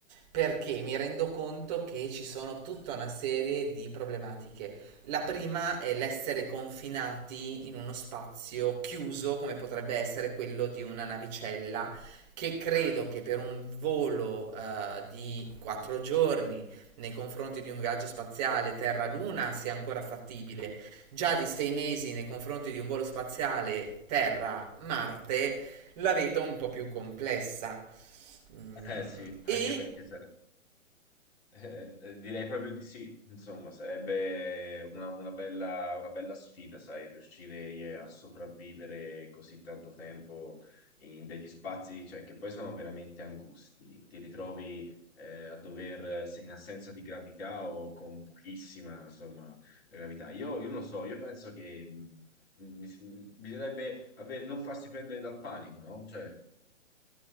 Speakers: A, on the right; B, on the left.
A: perché mi rendo conto che ci sono tutta una serie di problematiche. La prima è l'essere confinati in uno spazio chiuso, come potrebbe essere quello di una navicella, che credo che per un volo eh, di quattro giorni nei confronti di un viaggio spaziale Terra-Luna sia ancora fattibile, già di sei mesi nei confronti di un volo spaziale Terra-Marte la vedo un po' più complessa. Mm,
B: Eh sì,
A: e
B: anche perché sare- Eh, eh, direi proprio di sì, insomma, sarebbe una, una bella, una bella sfida, sai, riuscire eh, a sopravvivere così tanto tempo in degli spazi, cioè, che poi sono veramente angusti. Ti ritrovi eh, a dover, se in assenza di gravità o con pochissima, insomma, gravità. Io, io non so, io penso che mh, mi si- bisognerebbe avere- non farsi prendere dal panico, no? Cioè,